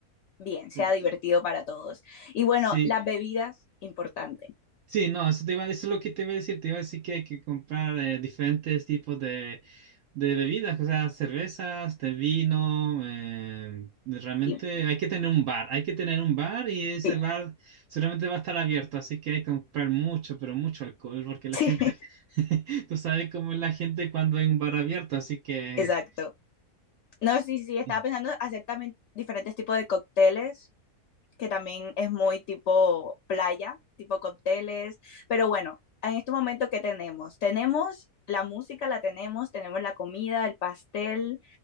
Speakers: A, on the left (about 60°); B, on the right (about 65°).
A: bien,
B: sí,
A: sea divertido para todos. Y bueno,
B: sí.
A: las bebidas, importante.
B: Sí, no, eso, te iba- eso es lo que te iba a decir. Te iba a decir que hay que comprar eh, diferentes tipos de, de bebidas, o sea, cervezas, de vino. eh, realmente
A: Sí,
B: hay que tener un bar, hay que tener un bar y ese
A: sí,
B: bar seguramente va a estar abierto, así que hay que comprar mucho, pero mucho alcohol, porque la
A: sí,
B: gente,
A: <laughs>
B: <laughs> tú sabes cómo es la gente cuando hay un bar abierto, así que
A: exacto. No, sí, sí, estaba
B: eh,
A: pensando hacer también diferentes tipos de cócteles que también es muy tipo playa, tipo cócteles, pero bueno, en este momento, ¿qué tenemos? Tenemos la música, la tenemos, tenemos la comida, el pastel,